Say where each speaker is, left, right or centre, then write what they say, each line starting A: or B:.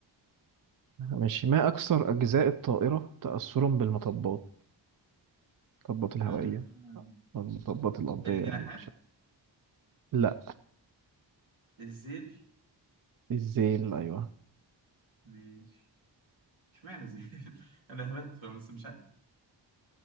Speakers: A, on the right; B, on the right.
A: ماشي ما اكثر اجزاء الطائره تاثرا بالمطبات المطبات الهوائيه
B: مم.
A: أو المطبات الارضيه
B: الجناحات
A: يعني مش لا
B: الذيل
A: الزيل ايوه
B: ماشي اشمعنى الذيل؟ <laughs> أنا هبت بس مش عارف